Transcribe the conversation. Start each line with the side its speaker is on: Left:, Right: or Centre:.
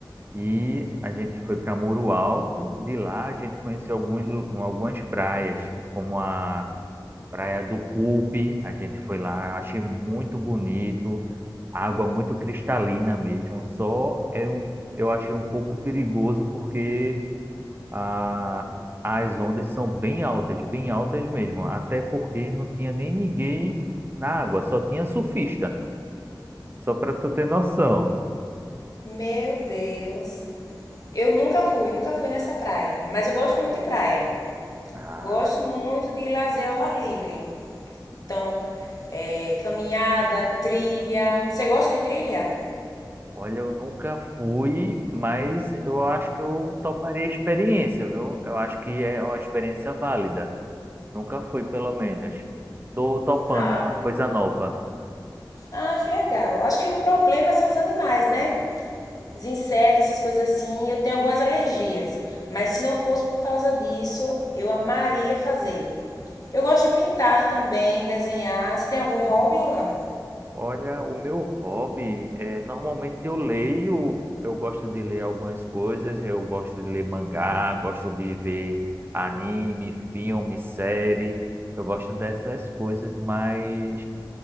Right: E a gente foi para Muro Alto. De lá a gente conheceu alguns, lu- algumas praias, como a Praia do Cupe. A gente foi lá, eu achei muito bonito, água muito cristalina mesmo. Só é um, eu achei um pouco perigoso porque a, as ondas são bem altas, bem altas mesmo. Até porque não tinha nem ninguém na água, só tinha surfista. Só para tu ter noção.
Left: Meu Deus. Eu nunca fui, nunca fui nessa praia, mas eu gosto muito de praia.
Right: Ah,
Left: Gosto muito de lazer ao ar livre. Então, é, caminhada, trilha. Você gosta de trilha?
Right: Olha, eu nunca fui, mas eu acho que eu toparia a experiência, viu? Eu acho que é uma experiência válida. Nunca fui, pelo menos. Tô topando
Left: Ah,
Right: uma coisa nova.
Left: ah, que legal. Acho que o problema são os animais, né? os insetos, essas coisas assim, eu tenho algumas alergias, mas se não fosse por causa disso, eu amaria fazer. Eu gosto de pintar também, desenhar. Você tem algum hobby, Alan?
Right: Olha, o meu hobby é normalmente eu leio, eu gosto de ler algumas coisas, eu gosto de ler mangá, gosto de ver anime, filme, série. Eu gosto dessas coisas mais